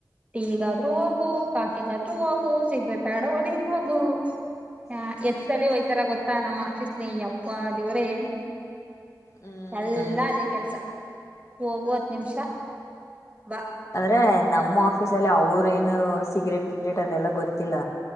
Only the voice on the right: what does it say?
ಟೀಗಾದ್ರೂ ಹೋಗು ಕಾಫಿಗಾದ್ರೂ ಹೋಗು ಸಿಗ್ರೇಟ್ ಆಡೋ ಹೊಡಿಯಕ್ ಹೋಗು ಹ ಎಷ್ಟ ಸಲ ಹೋಯ್ತಾರ ಗೊತ್ತಾ ನಮ್ಮ ಆಫೀಸ್ಲಿ ಹಂ ಅಪ್ಪ ದೇವರೇ
ಎಲ್ಲ ಅದೇ ಕೆಲ್ಸ ಹೋಗುವತ್ ನಿಮಿಷ ಬಾ